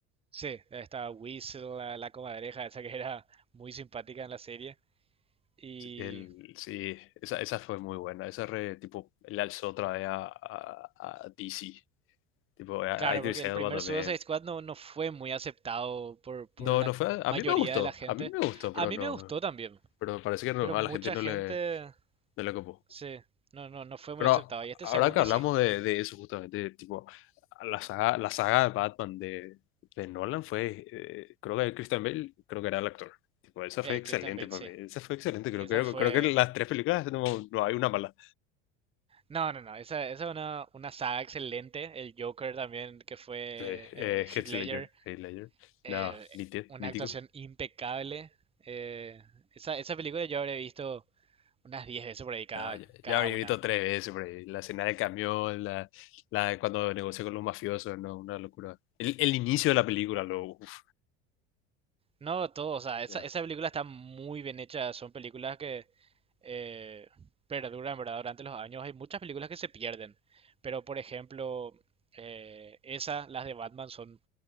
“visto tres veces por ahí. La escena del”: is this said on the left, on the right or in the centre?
Left